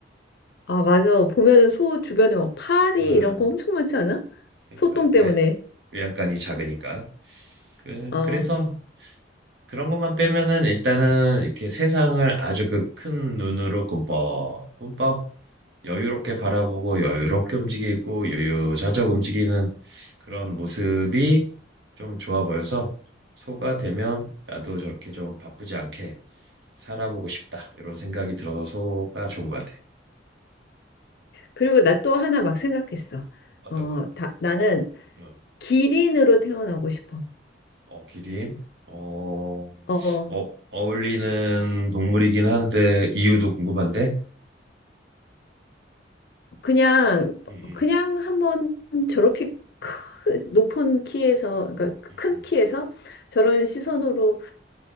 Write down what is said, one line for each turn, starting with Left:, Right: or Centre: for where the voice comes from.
Left: 아, 맞아. 보면은 소 주변에 막 파리
Right: 어,
Left: 이런 거 엄청 많지 않아?
Right: 그러니까
Left: 소똥 때문에.
Right: 왜 외양간이 작으니까 그
Left: 어.
Right: 그래서 그런 것만 빼면은 일단은 이렇게 세상을 아주 그 큰 눈으로 꿈뻑 꿈뻑 여유롭게 바라보고 여유롭게 움직이고 유유자적 움직이는 그런 모습이 좀 좋아 보여서 소가 되면 나도 저렇게 좀 바쁘지 않게 살아보고 싶다 이런 생각이 들어서 소가 좋은 것 같아.
Left: 그리고 나 또 하나 막 생각했어.
Right: 어떤
Left: 어,
Right: 거?
Left: 다, 나는
Right: 응.
Left: 기린으로 태어나고 싶어.
Right: 어, 기린. 어,
Left: 어,
Right: 어, 어울리는 동물이긴 한데 이유도 궁금한데.
Left: 그냥,
Right: 음,
Left: 그냥 한번 저렇게 크, 높은 키에서, 그러니까
Right: 음,
Left: 큰 키에서 저런 시선으로